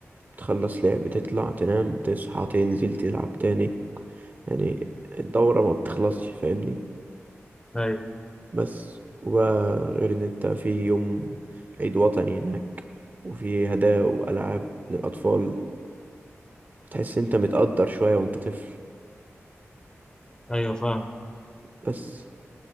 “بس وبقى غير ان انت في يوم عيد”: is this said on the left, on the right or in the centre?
Right